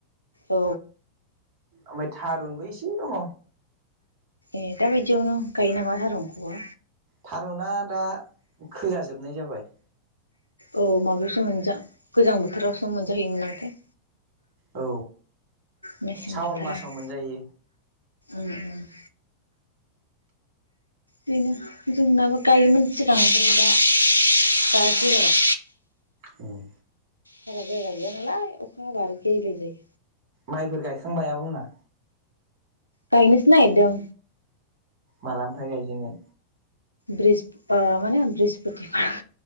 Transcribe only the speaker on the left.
औ
ए दाबायदियावनो गायो नामा थारुनखौबो?
औ माबायावसो मोनजा गोजां बोथोरावसो मोनजाहैयोमोन नामाथाय?
मेसें
बोथोराव
ओम ओम। बिदिनो जोंनाबो गाइयोमोन‌ सिगां जोङो दा गाइयाखै एबाराव।
बारा जायगा गैया नालाय अ खा हाबा आरो गेल गेल जायो।
गायनोसो नागिरदों।
ब्रिहस्प ओ मा होनो ब्रिहस्पतिबार